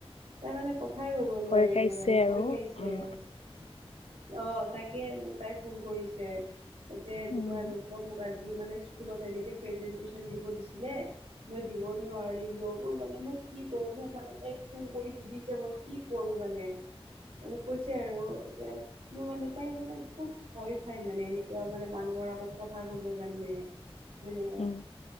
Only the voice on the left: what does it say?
ভয় খাইছে
আৰু
উম
উম
উম